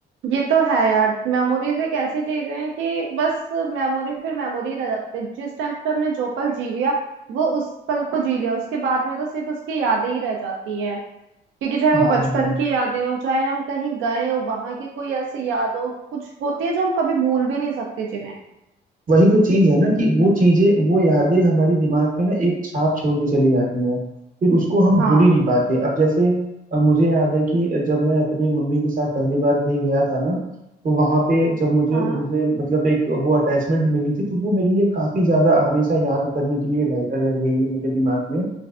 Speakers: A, on the right; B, on the right.
A: ये तो है यार मेमोरीज एक ऐसी चीज है कि बस मेमोरी फिर मेमोरी रह जाती है जिस टाइम पे हमने जो पल जी लिया वो उस पल को जी लिया उसके बाद में तो सिर्फ उसकी यादें ही रह जाती हैं क्योंकि चाहे वो
B: हाँ हाँ
A: बचपन
B: हाँ।
A: की यादें हो चाहे हम कहीं गए हो वहां की कोई ऐसी याद हो कुछ होती है जो हम कभी भूल भी नहीं सकते जिन्हें
B: वही तो चीज है ना कि वो चीजें वो यादें हमारी दिमाग में ना एक छाप छोड़ के चली जाती हैं फिर उसको हम
A: हाँ
B: भूल ही नहीं पाते अब जैसे अ, मुझे याद है कि जब मैं अपनी मम्मी के साथ पहली बार कहीं गया था ना तो वहां पे जब मुझे
A: हाँ
B: उनसे मतलब एक वो अटैचमेंट मिली थी तो वो मेरे लिए काफी ज्यादा हमेशा याद करने के लिए रह, रह गई है मेरे दिमाग में